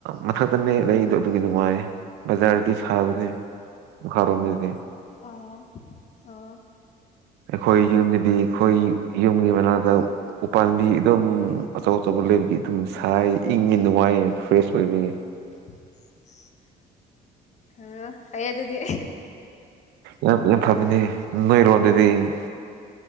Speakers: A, on the right; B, on the left.
A: ꯃꯊꯛꯇꯅꯦ ꯂꯩꯗꯣ ꯑꯗꯨꯒꯤ ꯅꯨꯡꯉꯥꯏꯌꯦ ꯕꯖꯥꯔꯗꯤ ꯁꯥꯕꯅꯦ ꯃꯈꯥ ꯔꯣꯝꯗꯥꯗꯤ
B: ꯑꯣ ꯑꯣ
A: ꯑꯩꯈꯣꯏ ꯌꯨꯝꯗꯗꯤ ꯑꯩꯈꯣꯏ ꯌꯨꯝꯒꯤ ꯃꯅꯥꯛꯇ ꯎ ꯄꯥꯥꯟꯕꯤ ꯑꯗꯨꯝ ꯑꯆꯧ ꯑꯆꯧꯕ ꯂꯩꯕꯒꯤ ꯑꯗꯨꯝ ꯁꯥꯏ ꯏꯪꯉꯤ ꯅꯨꯡꯉꯥꯏ ꯐ꯭ꯔꯦꯁ ꯑꯣꯏꯕꯒꯤ
B: ꯗ ꯑ ꯐꯥꯌꯦ ꯑꯗꯨꯗꯤ
A: ꯌꯥꯝ ꯌꯥꯝ ꯐꯕꯅꯦ ꯅꯣꯏꯔꯣꯝꯗꯥꯗꯤ